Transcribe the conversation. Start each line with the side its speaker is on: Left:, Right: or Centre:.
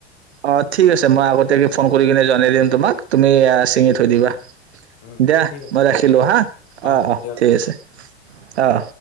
Right: অ, ঠিক আছে, মই আগতীয়াকে ফণ কৰি কিনে জনাই দিম তোমাক। তুমি আ,
Left: উম
Right: ছিঙি থৈ দিবা।
Left: উম
Right: দিয়া
Left: ঠিক আছে
Right: মই ৰাখিলো
Left: বাৰু
Right: হা।
Left: অহ
Right: অ', অ',
Left: দিয়া
Right: ঠিক আছে। অহ।